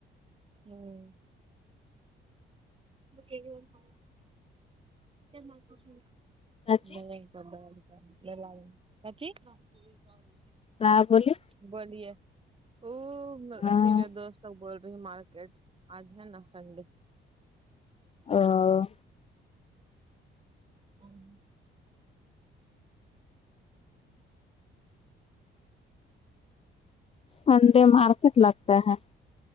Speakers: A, on the right; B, on the left.
A: ہوں <unintelligible>
B: چاچی
A: <unintelligible>
B: ہاں بولیے
A: بولیے او
B: ہاں
A: عجیب ہے دوست وہ بول رہی مارکیٹس آج ہے نا سنڈے
B: ا
A: ہ ہ
B: سنڈے مارکیٹ لگتا ہے